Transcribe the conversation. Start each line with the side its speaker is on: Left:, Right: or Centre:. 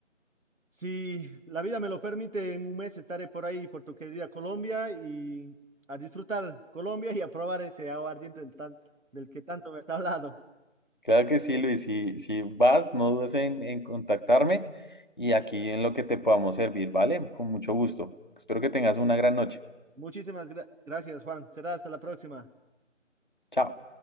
Right: Si la vida me lo permite, en un mes estaré por ahí, por tu querida Colombia, y a disfrutar Colombia y a probar ese aguardiente del, tan- del que tanto me has hablado.
Left: Claro que sí, Luis. Si, si vas, no dudes en, en contactarme y aquí en lo que te podamos servir, ¿vale? Con mucho gusto. Espero que tengas una gran noche.
Right: Muchísimas gra- gracias, Juan. Será hasta la próxima.
Left: Chao.